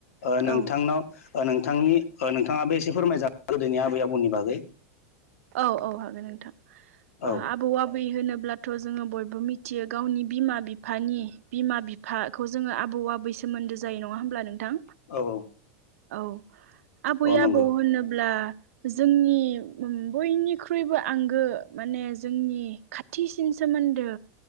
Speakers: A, on the left; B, on the right.
A: ओ नोंथांनाव
B: औ
A: ओ नोंथांनि ओ नोंथाङाबो एसे फोरमायजागोन गोदोनि आबै आबौनि बागै
B: औ औ हागोन नोंथां
A: औ
B: ओ आबौ आ बै होनोब्लाथ' जोङो बयबो मिथियो गावनि बिमा बिफानि बिमा बि फाखौ जोङो आबौ आबै सोमोन्दो जायो नङा होमब्ला नोंथां?
A: औ औ
B: औ आबै
A: औ नंगौ
B: आबौ होनोब्ला जोंनि उम बयनिख्रुइबो आंगो माने जोंनि खाथिसिन सोमोन्दो